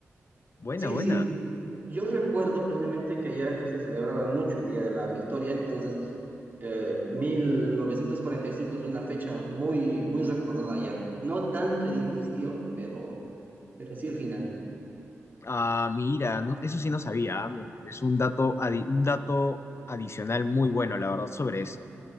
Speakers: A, on the left; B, on the right.
A: Buena,
B: Sí,
A: buena.
B: sí, y- y- yo recuerdo precisamente que allá en Rusia celebraban mucho el Día de la Victoria, entonces eh, 1945 es una fecha muy, muy recordada allá. No tanto el inicio, pero, pero sí el final.
A: Sí. Ah, mira, no- eso sí no sabía. ah, me- Es un dato, adi- un dato adicional muy bueno, la verdad, sobre eso.